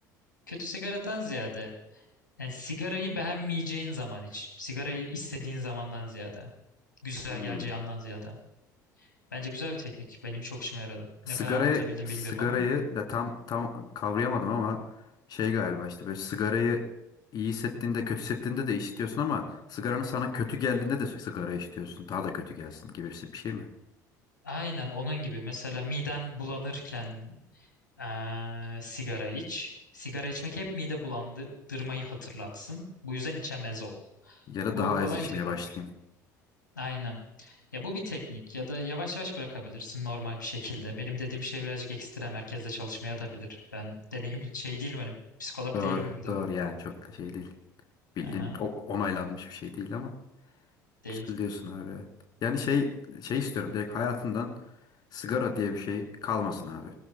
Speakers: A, on the left; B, on the left.
A: Kötü sigaradan ziyade yani sigarayı beğenmeyeceğin zaman iç. Sigarayı istediğin zamandan ziyade. Güzel
B: Hmm.
A: geleceği andan ziyade. Bence güzel bir teknik. Benim çok işime yaradı.
B: Sigarayı
A: Ne kadar anlatabildim
B: sigarayı
A: bilmiyorum ama.
B: da tam tam kavrayamadım ama şey galiba işte böyle sigarayı iyi hissettiğinde kötü hissettiğinde de içiyorsun ama sigaranın sana kötü geldiğinde de sigara içiyorsun. Daha da kötü gelsin gibisi bir şey mi?
A: Aynen onun gibi. Mesela miden bulanırken Ee, sigara iç. Sigara içmek hep mide bulandırmayı hatırlatsın. Bu yüzden içemez ol.
B: Ya da
A: Bu
B: daha az
A: kolay
B: içmeye
A: bir teknik.
B: başlayayım.
A: Aynen. Ya bu bir teknik ya da yavaş yavaş bırakabilirsin normal bir şekilde. Benim dediğim şey birazcık ekstrem merkezde çalışmaya da bilir. Ben deneyim şey değilim hani psikolog
B: Doğru,
A: değilim burada.
B: doğru yani çok da şey değil. Bildiğin
A: Aha,
B: o- onaylanmış bir şey değil ama
A: değil.
B: güzel diyorsun abi ya. Yani şey şey istiyorum direkt hayatımdan sigara diye bir şey kalmasın abi.